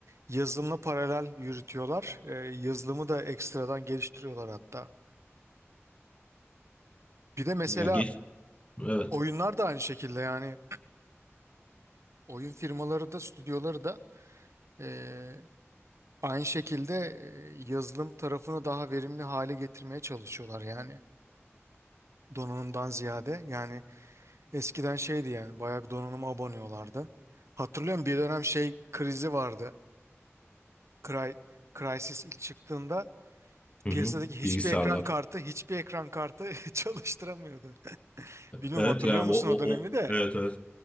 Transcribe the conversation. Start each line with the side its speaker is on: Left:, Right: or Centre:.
Right: Yazılımla paralel yürütüyorlar. Ee, yazılımı da ekstradan geliştiriyorlar hatta. Bir de mesela
Left: Ya geç evet.
Right: oyunlar da aynı şekilde yani oyun firmaları da stüdyoları da eee, aynı şekilde eee, yazılım tarafını daha verimli hale getirmeye çalışıyorlar yani donanımdan ziyade. Yani eskiden şeydi yani bayağı bir donanıma aboneyorlardı. Hatırlıyorum bir dönem şey krizi vardı. Cry, Crysis ilk çıktığında
Left: Hı
Right: piyasadaki
Left: hı.
Right: hiçbir
Left: Bilgisayarlar.
Right: ekran kartı hiçbir ekran kartı <laughs> çalıştıramıyordu. Bilmiyorum
Left: Evet
Right: hatırlıyor
Left: yani
Right: musun
Left: o, o,
Right: o dönemi
Left: o
Right: de?
Left: evet evet.